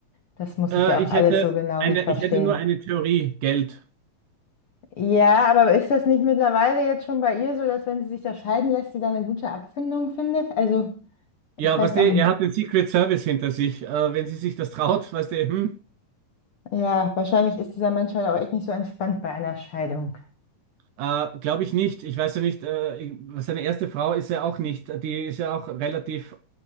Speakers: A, on the left; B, on the right.
A: das muss
B: Äh,
A: ich ja
B: ich
A: auch alles
B: hätte
A: so genau
B: eine,
A: nicht verstehen.
B: ich hätte nur eine Theorie, Geld.
A: Ja, aber ist das nicht mittlerweile jetzt schon bei ihr so, dass wenn sie sich da scheiden lässt, sie dann eine gute Abfindung findet? Also,
B: Ja,
A: ich weiß
B: weißt du,
A: auch nicht.
B: er hat den Secret Service hinter sich. Äh, wenn sie sich das traut, weißt du, hm.
A: Ja, wahrscheinlich ist dieser Mensch halt auch echt nicht so entspannt bei einer Scheidung.
B: Äh, glaube ich nicht. Ich weiß ja nicht, äh, ich, seine erste Frau ist ja auch nicht, die ist ja auch relativ